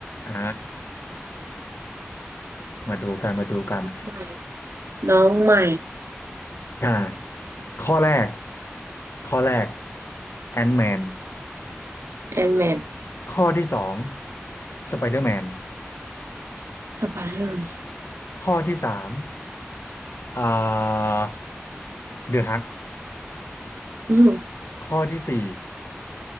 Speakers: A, on the left; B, on the right.
A: อ่ามาดูกันมาดูกัน
B: ใหม่น้องใหม่
A: อ่าข้อแรกข้อแรกแอนแมน
B: แอนแมน
A: ข้อที่สองสไปเดอร์แมน
B: สไปเดอร์
A: ข้อที่สามอ่าเดอะฮัก
B: อืม
A: ข้อที่สี่